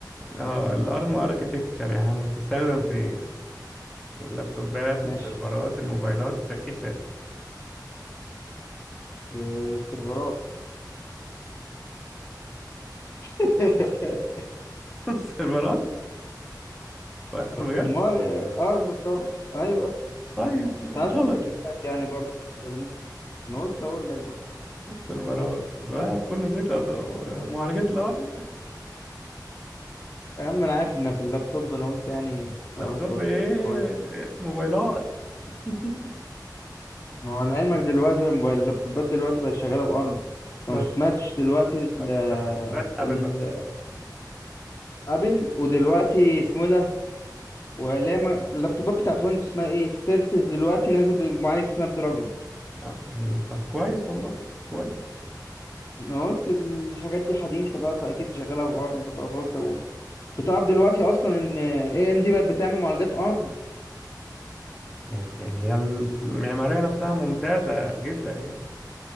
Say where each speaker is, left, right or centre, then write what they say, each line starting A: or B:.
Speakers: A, in the centre; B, on the left.
A: اه الارم اركتكتشر يا عم بتستخدم فين اللابتوبات
B: ماشي
A: السيرفرات الموبايلات التكييفات
B: آه، السيرفرات <laughs>
A: <laughs> السيرفرات بجد
B: أمال آه، أرم طبعا أيوه
A: طيب غلط
B: ساعات في التكييفات يعني برضه بيستخدموه انا قلت اقول لك برضه
A: السيرفرات بقى بكل ثقة طب معالجات الارم
B: يا عم انا عارف ان في اللابتوب انا قلت يعني
A: لابتوب
B: اهزر
A: ايه
B: شويه
A: في موبايلات <laughs>
B: ما هو لعلمك دلوقتي الموبايل- اللابتوبات دلوقتي بقت شغاله بارم انت
A: بس
B: ما سمعتش دلوقتي
A: لاب-
B: ال
A: لابتوبات ابل
B: ال-
A: بس
B: ابل ودلوقتي اسمه إيه ده ولا ما- اللابتوبات بتاعت ويندوز اسمها ايه السيرفس دلوقتي نازل بمعالج سناب دراجون
A: آه. طب كويس والله كويس
B: انا قلت الحاجات دي حديثه بقى فاكيد شغاله بارم بقى فقلت اقول انت تعرف دلوقتي اصلا ان اي ام دي بقت بتعمل معالجات ARM
A: يعني هي المعمارية نفسها ممتازة جدا يعني